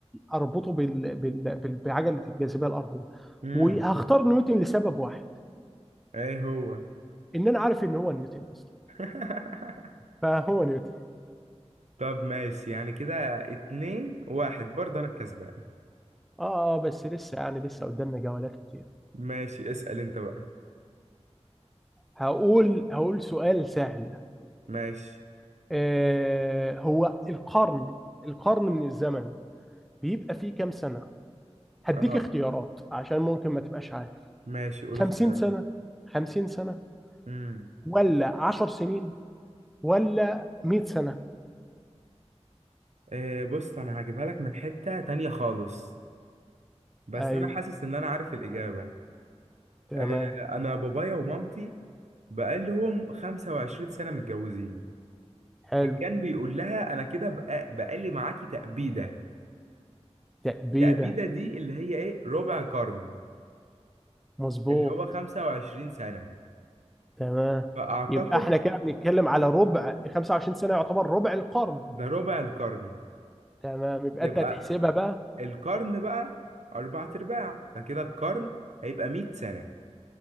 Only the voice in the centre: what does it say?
اربطه بال بال بال- بعجله الجاذبيه الارضيه
وهختار نيوتن لسبب واحد
ان انا عارف ان هو نيوتن اصلا
فهو نيوتن
اه اه بس لسه يعني لسه قدامنا جولات كتير
هقول هقول سؤال سهل
آه، هو القرن القرن من الزمن بيبقى فيه كام سنة؟ هديك
اختيارات عشان ممكن ما تبقاش عارف
50
سنة 50 سنة
ولا 10 سنين ولا 100 سنة
ايوه
تمام
حلو
تأبيدة
مظبوط
تمام
يبقى احنا كده بنتكلم على ربع 25 سنة يعتبر ربع القرن
تمام يبقى
انت هتحسبها بقى